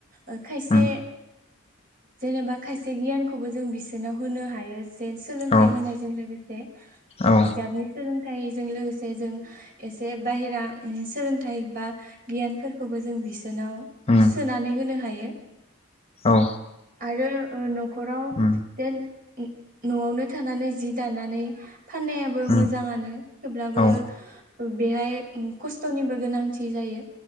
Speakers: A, on the right (about 45°); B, on the left (about 30°).
A: ओ खायसे
B: उम
A: जेनेबा खायसे गियानखौबो जों बिसोरनाव होनो हायो जे सोलोंथाइ
B: औ
A: होनायजों लोगोसे
B: औ
A: बिजाबनि सोलोंथ फिथाय जों लोगोसे जों एसे बाहेरा सोलोंथाइ बा गियानफोरखौबो जों बिस जेनाव
B: उम
A: सोनानै होनो हायो <unintelligible>
B: औ ओ
A: आरो ओ नखराव
B: उम
A: जेन उ नआवनो थानानै जि दानानै। फाननायाबो
B: उम
A: मोजांङानो थेवब्लाबो
B: औ
A: बेहाय खस्थनिबो गोनांथि जायो